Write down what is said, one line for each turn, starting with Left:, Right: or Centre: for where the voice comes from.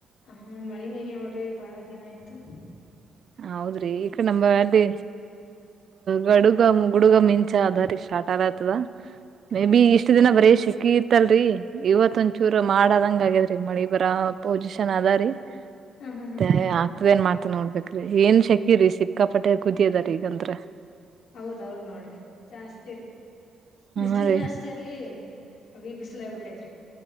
Left: ಹ ಮಳಿನ ಇಲ್ ನೋಡ್ರಿ ಬಾಳ ದಿನ ಆಯ್ತ್ು ಪ್ಪ
Right: ಹೌದ್ರಿ ಈಕ ನ ಅಲ್ಲಿ ಗಡುಗ ಗುಡುಗ ಮಿಂಚ ಅದ ರೀ ಸ್ಟಾರ್ಟ್ ಆಗತದ ಮೇ
Left: ಹ ಹೌದ್ರಿ
Right: ಬಿ ಇಷ್ಟ ದಿನ ಬರೀ ಸೆಕಿ ಇತ್ತಲ್ರಿ ಇವತ್ ಒಂದಚೂರು
Left: ಹ್ಮ್
Right: ಮಾಡದಂಗ ಆಗ್ಯದ್ರೀ ಮಳಿ ಬರ ಪೊಸಿಷನ್ ಅದ ರೀ
Left: ಹ್ಮ್ ಹ್ಮ್
Right: ಮತ್ತೆ
Left: ಹ್ಮ್
Right: ಆಗ್ತದ ಏನ್ ಮಾಡ್ತದ ನೋಡ್ಬೇಕು ಏನ್ ಶೆಕೀರಿ ಸಿಕ್ಕಾಪಟ್ಟೆ ಕುದಿಯದಾರಿ ಈಗಂದ್ರ
Left: ಹೌದ್ ಹೌದ ನೋಡ್ರಿ ಜಾಸ್ತಿರಿ ಬಿಸಲಿನ
Right: ಹಾ ರೀ
Left: ಅಷ್ಟೇರಿೀ ಹೆವಿ ಬಿಸಲ ಆಗ ಬಿಟ್ಟಿತೇರಿ